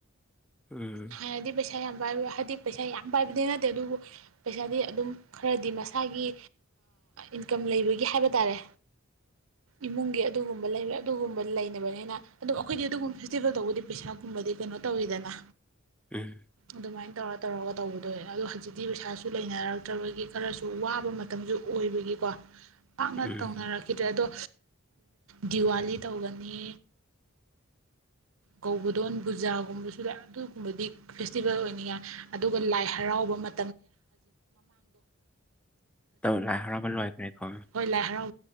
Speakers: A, in the centre; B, on the right.
A: ꯎꯝ
B: ꯍꯥꯟꯅꯗꯤ ꯄꯩꯁꯥ ꯌꯥꯝ ꯄꯥꯏꯕ ꯍꯥꯏꯗꯤ ꯄꯩꯁꯥ ꯌꯥꯝ ꯄꯥꯏꯕꯗꯤ ꯅꯠꯇꯦ ꯑꯗꯨꯕꯨ ꯄꯩꯁꯥꯗꯤ ꯑꯗꯨꯝ ꯈꯔꯗꯤ ꯃꯁꯥꯒꯤ ꯏꯟꯀꯝ ꯂꯩꯕꯒꯤ ꯍꯥꯏꯕ ꯇꯥꯔꯦ
A: <inaudible>
B: ꯏꯃꯨꯡꯒꯤ ꯑꯗꯨꯒꯨꯝꯕ ꯂꯩꯕ ꯑꯗꯨꯒꯨꯝꯕ ꯂꯩꯅꯕꯅꯤꯅ ꯑꯗꯨꯝ ꯑꯩꯈꯣꯏꯗꯤ ꯑꯗꯨꯒꯨꯝ ꯐꯦꯁꯇꯤꯚꯦꯜ ꯇꯧꯕꯗꯤ ꯄꯩꯁꯥꯒꯨꯝꯕꯗꯤ ꯀꯩꯅꯣ ꯇꯧꯋꯤꯗꯅ
A: ꯎꯝ
B: ꯑꯗꯨꯃꯥꯏꯅ ꯇꯧꯔ ꯇꯧꯔꯒ ꯇꯧꯕꯗꯣ ꯑꯗꯣ ꯍꯧꯖꯤꯛꯇꯤ ꯄꯩꯁꯥꯁꯨ ꯂꯩꯅꯔꯛꯇ꯭ꯔꯕꯒꯤ ꯈꯔꯁꯨ ꯋꯥꯕ ꯃꯇꯝꯁꯨ ꯑꯣꯏꯕꯒꯤ ꯀꯣ ꯄꯥꯛꯅ
A: ꯎꯝ
B: ꯇꯧꯅꯔꯛꯈꯤꯗ꯭ꯔꯦ ꯑꯗꯣ ꯗꯤꯋꯥꯂꯤ ꯇꯧꯒꯅꯤ ꯀꯧꯕꯗꯣꯟ ꯕꯨꯖꯥꯒꯨꯝꯕꯁꯨ ꯂ ꯑꯗꯨꯒꯨꯝꯕꯗꯤ ꯐꯦꯁꯇꯤꯚꯦꯜ ꯑꯣꯏꯅꯤꯡꯉꯏ ꯑꯗꯨꯒ ꯂꯥꯏ ꯍꯔꯥꯎꯕ ꯍꯧ ꯃ
A: ꯇꯧ ꯂꯥꯏ ꯍꯔꯥꯎꯕ ꯂꯣꯏꯈ꯭ꯔꯦꯀꯣ
B: ꯍꯧ ꯂꯥꯏ ꯍꯔꯥꯎ